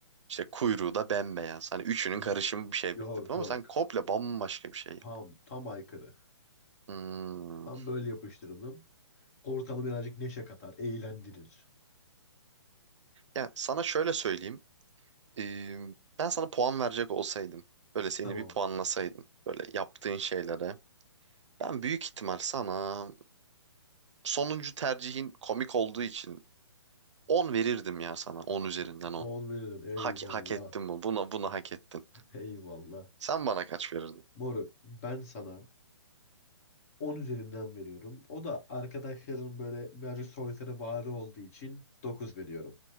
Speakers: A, on the right; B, on the left.
A: İşte kuyruğu da bembeyaz. Hani üçünün
B: Yok
A: karışımı bir şey
B: yok.
A: bekledim
B: yok.
A: ama sen komple bambaşka bir şey.
B: Tam tam aykırı.
A: Hmm.
B: Ben böyle yapıştırdım. Ortamı birazcık neşe katar, eğlendirir.
A: Ya sana şöyle söyleyeyim. Ee, ben sana puan verecek olsaydım. Böyle seni
B: Tamam.
A: bir puanlasaydım. Böyle yaptığın şeylere. Ben büyük ihtimal sana sonuncu tercihin komik olduğu için 10 verirdim ya sana. on üzerinden on.
B: on verirdin.
A: Hak,
B: Eyvallah.
A: hak ettin bu. Buna, bunu hak ettin.
B: Eyvallah.
A: Sen bana kaç verirdin?
B: Moruk ben sana 10 üzerinden veriyorum. O da arkadaşların böyle birazcık soytarı varı olduğu için 9 veriyorum.